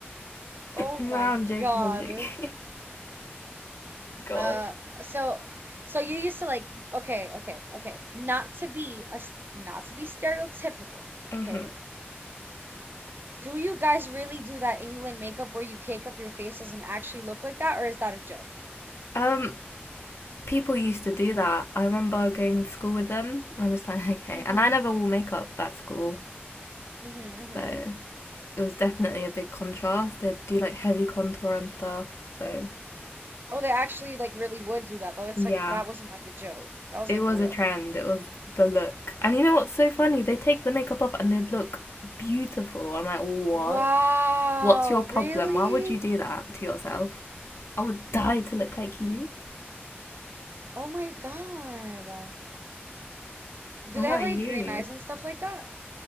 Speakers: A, on the right; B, on the left.
A: Oh
B: no,
A: my
B: I'm
A: God.
B: joking. I'm joking. <laughs> God.
A: Uh, so so you used to like okay, okay, okay. Not to be a not to be stereotypical,
B: Mhm.
A: okay. Do you guys really do that England makeup where you cake up your faces and actually look like that, or is that a joke?
B: Um, people used to do that. I remember going to school with them. I'm just like, <laughs> okay.
A: Mm-hmm.
B: And I never wore makeup at school,
A: Mm-hmm. Mm-hmm.
B: so it was definitely a big contrast. They'd do like heavy contour and stuff. So
A: Oh, they actually like really would do that though. It's
B: yeah,
A: like that wasn't like a joke. That was
B: it
A: like
B: was
A: real.
B: a trend. It was the look. And you know what's so funny? They take the makeup off and they'd look beautiful. I'm like, what?
A: Wow,
B: What's your problem?
A: really?
B: Why would you do that to yourself? I would die to look like you.
A: Oh my God. Do
B: What
A: they
B: about
A: have like
B: you?
A: green eyes and stuff like that?